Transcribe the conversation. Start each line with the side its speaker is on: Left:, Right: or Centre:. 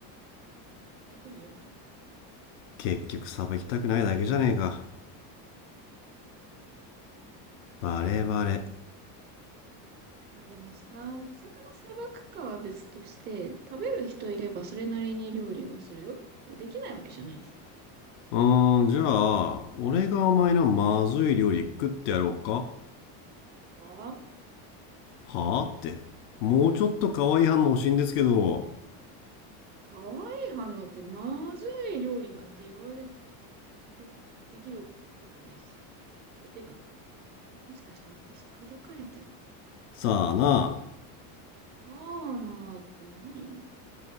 Right: 相手によるかな。
Left: 結局さばきたくないだけじゃねえか。
Right: あれか。
Left: バレバレ。
Right: うんまあでもさ、魚さばくかは別として、食べる人いればそれなりに料理はするよ。できないわけじゃないし。
Left: うーん、じゃあ、俺がお前のまずい料理食ってやろうか
Right: ああ、
Left: はあって。もうちょっと可愛い反応欲しいんですけど。
Right: かわいい反応ってまずい料理なんて言われてできるわけないし。てか、もしかして私口説かれてる。
Left: さあな、
Right: さあなーって何よ。